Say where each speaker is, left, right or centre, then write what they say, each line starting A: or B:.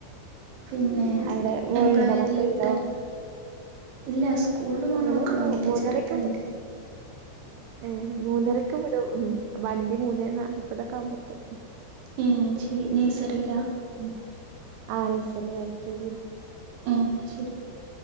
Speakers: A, on the right (about 65°); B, on the right (about 80°).
A: പിന്നെ
B: അവിടെ മോളുണ്ടോ
A: എപ്പഴാ വരലീ്
B: മക്കളുണ്ടോ
A: ടൈം ഇല്ല സ്കൂളിൽ പോണ
B: ഓള്
A: മക്കളൊന്നുമില്ല
B: മ മൂന്നരക്കും
A: ചെറുതായിന്റെ
B: ഏ മൂന്നരക്കും ഉ വണ്ടി മൂന്നേ നാല്പ്പതൊക്കെ ആവുമ്പോത്തോ
A: ഉം ശരി നഴ്സറില
B: ഉം നഴ്സറി ആ കെ ജി
A: ആഹ ശരി